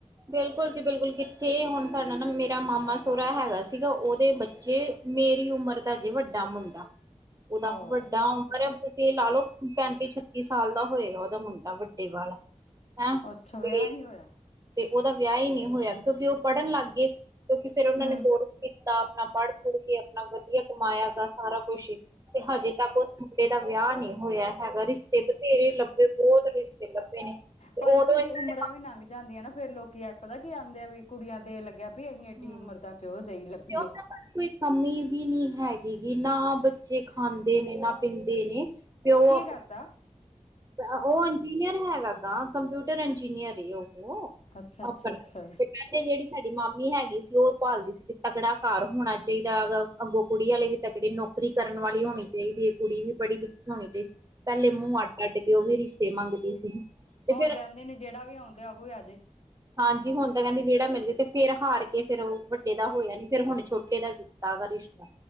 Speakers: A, on the right; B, on the left.
A: ਬਿਲਕੁਲ ਜੀ ਬਿਲਕੁਲ। ਕਿੱਥੇ ਏ ਹੁਣ ਸਾਡਾ ਨਾ ਮੇਰਾ ਮਾਮਾ ਸੋਰਾ ਹੈਗਾ ਸੀਗਾ, ਉਹਦੇ ਬੱਚੇ ਮੇਰੀ ਉਮਰ ਦਾ ਜੇ ਵੱਡਾ ਮੁੰਡਾ, ਉਹਦਾ
B: ਹੋ
A: ਵੱਡਾ <unintelligible> ਏ ਲਾ ਲੋਓ ਪੈਂਤੀ- ਛੱਤੀ ਸਾਲ ਦਾ ਹੋਏਗਾ ਉਹਦਾ ਮੁੰਡਾ ਵੱਡੇ ਵਾਲਾ। ਹੈਂ, ਤੇ
B: ਅੱਛਾ ਵਿਆਹ ਹੀ ਨਹੀਂ ਹੋਇਆ
A: ਤੇ ਉਹਦਾ ਵਿਆਹ ਹੀ ਨਹੀਂ ਹੋਇਆ। ਕਿਉਂਕਿ ਉਹ ਪੜ੍ਹਨ ਲੱਗ ਗਏ, ਕਿਉਂਕਿ ਫੇਰ ਉਹਨਾਂ
B: ਹੂੰ
A: ਨੇ ਕੋਰ ਸ ਕੀਤਾ, ਆਪਣਾ ਪੜ੍ਹ- ਪੁੜ ਕੇ ਆਪਣਾ ਵਧੀਆ ਕਮਾਇਆ ਦਾ ਸਾਰਾ ਕੁਛ ਹੀ, ਤੇ ਹਜੇ ਤੱਕ ਉਸ ਮੁੰ ਡੇ ਦਾ ਵਿਆਹ ਨਹੀਂ ਹੋਇਆ। ਹੈਗਾ। ਰਿਸ਼ਤੇ ਬਥੇਰੇ ਲੱਭੇ, ਬਹੁਤ ਰਿਸ਼ਤੇ ਲੱਭੇ ਨੇ। ਤੇ
B: ਪਤਾ
A: ਉਦੋਂ
B: ਦੀਦੀ
A: ਇਹਨਾਂ
B: ਉਮਰਾਂ
A: ਦੇ <unintelligible>
B: ਵੀ ਲੰਘ ਜਾਂਦੀਆਂ ਨਾ, ਫੇਰ ਲੋਕੀ ਆ ਪਤਾ ਕੀ ਆਉਂਦੇ ਆ ਵੀ, ਕੁੜੀਆਂ ਤੇ ਲੱਗਿਆ ਵੀ ਅਸੀਂ ਏਡੀ
A: ਹਮ
B: ਉਮਰ ਦਾ ਕਿਉਂ ਦਈ ਲੱਭੀਏ?
A: ਕਿਉਂ ਕੋਈ ਕਮੀ ਵੀ ਨਹੀਂ ਹੈਗੀਗੀ। ਨਾ ਬੱਚੇ ਖਾਂਦੇ ਨੇ, ਨਾ ਪੀਂਦੇ ਨੇ। ਤੇ ਉਹ
B: ਕੀ
A: ਆਪ
B: ਕਰਦਾ
A: ਉਹ ਇੰਜੀਨੀਅਰ ਹੈਗਾ ਗਾ। ਕੰਪਿਊਟਰ ਇੰਜੀਨੀਅਰ ਏ ਓ। ਉਹ
B: ਅੱਛਾ ਅੱਛਾ
A: ਆਪਣੇ
B: ਅੱਛਾ
A: ਪਹਿਲੇ ਜਿਹੜੀ ਸਾਡੀ ਮਾਮੀ ਹੈਗੀ ਸੀ, ਉਹ ਭਾਲਦੀ ਸੀ ਵੀ ਤਗੜਾ ਘਰ ਹੋਣਾ ਚਾਹੀਦਾ, ਅਗ ਅੱਗੋਂ ਕੁੜੀ ਵਾਲੇ ਵੀ ਤਕੜੀ ਨੌਕਰੀ ਕਰਨ ਵਾਲੀ ਹੋਣੀ ਚਾਹੀਦੀ ਏ, ਕੁੜੀ ਵੀ ਪੜੀ ਲਿਖੀ ਹੋਣੀ ਚਾਹੀਦੀ। ਪਹਿਲੇ ਮੂੰਹ ਅੱਡ ਸਾਡੇ ਤੇ ਉਹ ਵੀ ਰਿਸ਼ਤੇ ਮੰਗਦੀ ਸੀ। ਤੇ
B: ਹੁਣ
A: ਫੇਰ
B: ਤਾਂ ਆਂਦੇ ਨੇ ਜਿਹੜਾ ਵੀ ਆਉਂਨਡਿਆ ਉਹੋ ਆ ਜੇ।
A: ਹਾਂਜੀ, ਹੁਣ ਤਾਂ ਕਹਿੰਦੇ ਜਿਹੜਾ ਮਿਲਦੇ। ਤੇ ਫੇਰ ਹਾਰ ਕੇ ਫੇਰ ਉਹ ਵੱਡੇ ਦਾ ਹੋਇਆ ਨੀ ਫ਼ਿਰ ਹੁਣ ਛੋਟੇ ਦਾ ਤਗਾਰੀ <unintelligible> ਇਸ਼